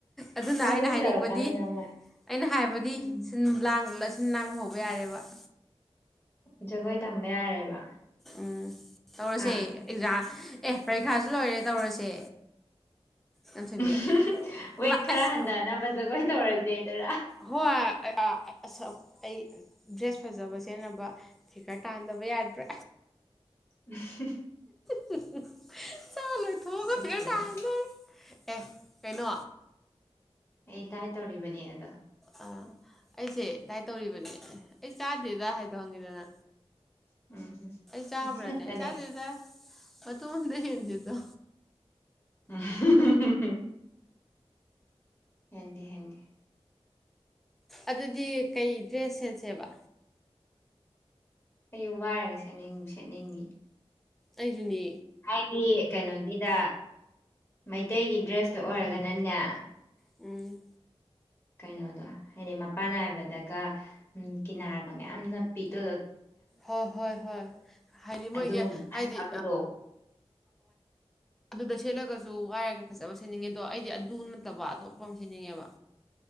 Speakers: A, in the centre; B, on the left.
A: ꯑꯗꯨꯅ
B: ꯇꯧꯕꯨꯗꯤ
A: ꯑꯩꯅ ꯍꯥꯏꯅꯤꯡꯕꯗꯤ
B: ꯇꯧꯔꯛꯀꯅꯤꯗ ꯃꯣꯏ
A: ꯑꯩꯅ ꯍꯥꯏꯕꯗꯤ
B: ꯎꯝ
A: ꯁꯤꯟ ꯂꯥꯡ ꯁꯤꯟ ꯂꯥꯡꯕ ꯍꯧꯕ ꯌꯥꯔꯦꯕ ꯑ
B: ꯖꯒꯣꯏ ꯇꯝꯕ ꯌꯥꯔꯦꯕ
A: ꯑꯥ ꯇꯧꯔꯁꯦ
B: ꯍꯥ
A: ꯑꯦꯛꯖꯥꯝ ꯑꯦ ꯄꯔꯤꯈꯥꯁꯨ ꯂꯣꯏꯔꯦ ꯇꯧꯔꯁꯦ ꯅꯥꯟꯊꯣꯏꯕꯤ
B: ꯎꯝ ꯋꯦꯠ
A: ꯑꯃ
B: ꯈꯔ
A: ꯑꯁ
B: ꯍꯟꯊꯅꯕ ꯖꯒꯣꯏ ꯇꯧꯔꯁꯦꯗꯔ
A: ꯍꯣꯏ ꯑꯁ ꯑꯩ ꯗ꯭ꯔꯦꯁ ꯐꯖꯕ ꯁꯦꯟꯅꯕ ꯁꯤ ꯈꯔ ꯇꯥꯍꯟꯗꯕ ꯌꯥꯗ꯭ꯔꯦ
B: ꯎ
A: <unintelligible> ꯏꯊꯣ
B: ꯁꯛꯇꯨꯒ
A: ꯍꯒ ꯐꯦꯔ ꯇꯥ ꯍ ꯑꯦ ꯀꯩꯅꯣ
B: ꯑꯩꯗꯥꯥꯏ ꯇꯧꯔꯤꯕꯅꯦ ꯑꯗꯣ
A: ꯑꯥ ꯑꯩꯁꯦ ꯗꯥꯏ ꯇꯧꯔꯤꯕꯅꯦ ꯑꯩ ꯆꯥꯗꯦꯗ ꯍꯥꯏꯗ ꯍꯪꯉꯤꯗꯅ
B: ꯎꯝ ꯎꯝ
A: ꯑꯩ ꯆꯥꯕ꯭ꯔꯥꯅꯦ
B: ꯉꯁꯤ ꯈꯛꯇꯅꯦ
A: ꯆꯥꯗꯦꯗ ꯑ ꯇꯣꯟ ꯍꯦꯟꯗꯗ
B: <unintelligible> ꯎꯝ ꯍꯥꯏꯗꯤ ꯍꯗꯤ
A: ꯑꯗꯨꯗꯤ ꯀꯩ ꯗ꯭ꯔꯦꯁ ꯁꯦꯠꯁꯦꯕ
B: ꯑꯌꯨꯛ ꯋꯥꯏꯔꯒ ꯁꯠꯅꯤꯡ ꯁꯦꯠꯅꯤꯡꯉꯤ
A: ꯑꯩꯗꯨꯅꯤ
B: ꯍꯥꯏꯗꯤ ꯀꯩꯅꯣꯒꯤꯗ ꯃꯩꯇꯩꯒꯤ ꯗ꯭ꯔꯦꯁꯇꯣ ꯑꯣꯏꯔꯒꯅꯅꯦ
A: ꯎꯝ
B: ꯀꯩꯅꯣꯗꯣ ꯍꯥꯏꯗꯤ ꯃꯄꯥꯟ ꯅꯥꯏꯕꯗꯒ ꯀꯤꯅꯥꯔꯒ ꯃꯌꯥꯝꯅ ꯄꯤꯗꯣ
A: ꯍꯣꯏ ꯍꯣꯏ ꯍꯣꯏ ꯍꯥꯏꯗꯤ
B: ꯑꯗꯨꯒꯨꯝꯕ
A: ꯃꯣꯏꯒꯤ
B: ꯐꯖꯕꯗꯣ
A: ꯍꯥꯏꯗꯤ ꯑꯗꯨꯗ ꯁꯦꯠꯂꯒꯁꯨ ꯋꯥꯏꯔꯒ ꯐꯖꯕ ꯁꯦꯠꯅꯤꯡꯉꯦ ꯑꯗꯣ ꯑꯩꯗꯤ ꯑꯗꯨ ꯅꯠꯇꯕ ꯑꯇꯣꯞꯄ ꯑꯃ ꯁꯦꯠꯅꯤꯡꯉꯦꯕ